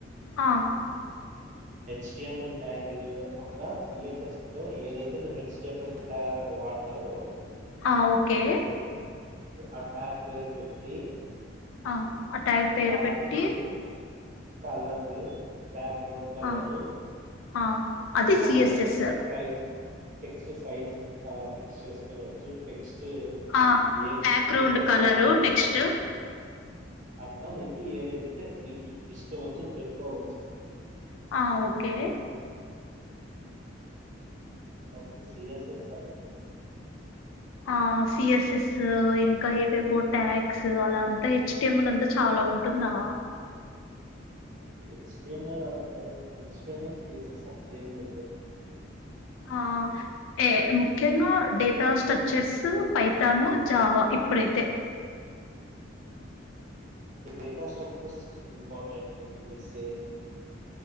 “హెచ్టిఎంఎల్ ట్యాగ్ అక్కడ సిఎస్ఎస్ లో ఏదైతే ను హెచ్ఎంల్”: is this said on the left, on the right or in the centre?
Right